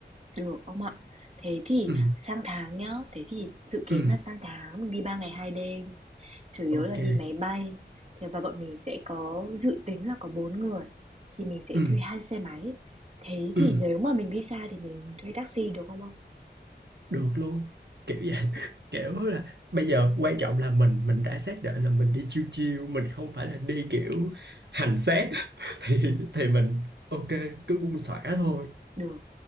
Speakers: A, on the right; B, on the right.
A: được ông ạ. Thế thì
B: ừ,
A: sang tháng nhá, thế thì dự kiến
B: ừ,
A: là sang tháng mình đi 3 ngày 2 đêm. Chủ yếu
B: ok
A: là đi máy bay. Thế và bọn mình sẽ có dự tính là có 4 người. Thì mình sẽ
B: ừ,
A: thuê hai xe máy. Thế
B: ừ,
A: thì nếu mà mình đi xa thì mình thuê taxi được không ông?
B: được luôn kiểu vậy <laughs> kiểu là bây giờ quan trọng là mình mình đã xác định là mình đi chill chill mình không phải là đi kiểu hành xác <laughs> thì thì mình ok cứ buông xõa thôi
A: Được,